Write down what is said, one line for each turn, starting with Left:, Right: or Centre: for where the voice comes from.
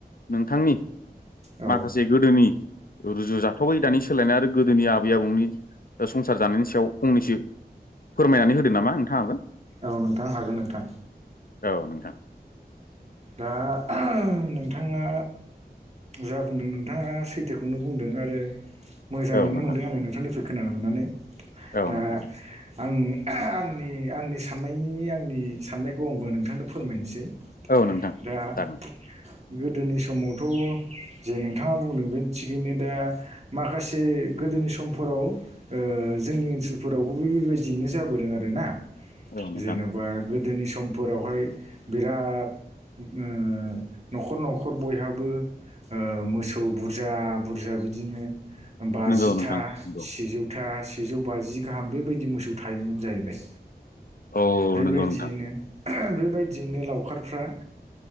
Left: नोंथांनि
Right: औ
Left: माखासे गोदोनि रुजुजाथावै दानि सोलायनाय आरो गोदोनि आबै आबौनि संसार जानायनि सायाव फंनैसो फोरमायनानै होदो नामा नोंथाङाबो
Right: औ नोंथां हागोन नोंथां।
Left: औ नोंथां
Right: दा नोंथाङा जा बुंदों नोंथाङा सैथोखौनो बुंदों आरो मोजाङैनो
Left: औ नोंथां
Right: मोनदों आङो नोंथांनिफ्राय खोनानो मोननानै
Left: औ
Right: दा
Left: नोंथां
Right: आं आंनि आंनि साननायनि आंनि साननायखौ आंबो नोंथांनो फोरमायनोसै
Left: औ नोंथां
Right: दा
Left: जागोन
Right: गोदोनि समावथ' जे नोंथाङा बुंदों बे थिगैनो दा माखासे गोदोनि समफोराव ओ जोंनि ओनसोलफोरावबो बे बेबायदियैनो जाबोदों आरो ना
Left: औ नोंथां
Right: जेन'बा गोदोनि समफोरावहाय बिराद ओ न'खर न'खर बयहाबो ओ मोसौ बुरजा बुरजा बिदिनो बाजिथा
Left: नंगौ नोंथां नंगौ
Right: सेजौथा सेजौ बाजि गाहाम बेबायदि मोसौ थायोमोन जाहैबाय
Left: औ
Right: बेबायदियैनो
Left: नंगौ नोंथां
Right: ऐह बेबायदियैनो लावखारफ्रा